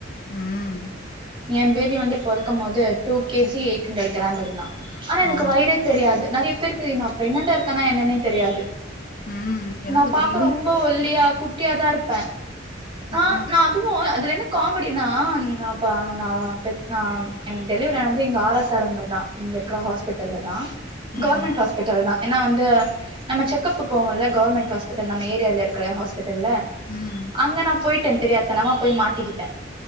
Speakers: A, on the left; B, on the right.
A: ம்
B: என் பேபி வந்து பொறக்கும் போது two KG eight hundred gram இருந்தா ஆனா எனக்கு
A: ஆ
B: வயிறே தெரியாது நெறையா பேருக்கு நா ப்ரெக்னன்ட்டா இருக்கேன்னா என்னன்னே தெரியாது
A: ம் எனக்கு
B: நா பாக்க
A: தெரி
B: ரொம்ப ஒல்லியா குட்டியாதா இருப்பே ந
A: ஆ
B: நா அதுவு அதுல என்ன காமெடினா அப்போ நா பெத் நா எனக்கு டெலிவெரி ஆனது எங்க ஆர் எஸ் ஆர் எம்-ல தா இங்க இருக்குற ஹாஸ்பிட்டல்ல தா கவர்மெண்ட்
A: ம்
B: ஹாஸ்பிட்டல் தா ஏன்னா வந்து நம்ம செக்கப்க்கு போவோல கவர்மெண்ட் ஹாஸ்பிட்டல் நம்ம ஏரியால இருக்குற ஹாஸ் பிட்டல்ல
A: ம்
B: அங்க நா போய்ட்டே தெரியாத்தனமா போய் மாட்டிக்கிட்டே